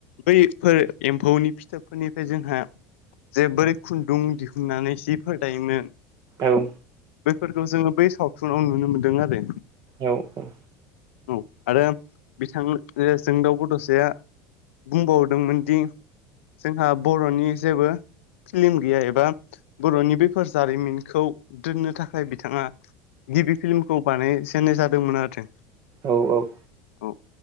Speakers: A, on the left; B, on the right.
A: बैफोर एम्फौनि फिथोबफोरनि बे जोंहा जे बोरै खुन्दुं दिहुननानै सिफोर दायोमोन
B: औ।
A: बेफोरखौ जोङो बै सावथुनाव नुनो मोन्दों आरो।
B: औ औ।
A: औ आरो बिथां जोंदाउ बडसाया बुंबावदोंमोन दि जोंहा बर'नि जेबो फिल्म गैया एबा बर'नि बेफोर जारिमिनखौ दोननो थाखाय बिथाङा गिबि फिल्मखौ बानाय जेननाय जादोंमोन आरो।
B: औ औ।
A: औ।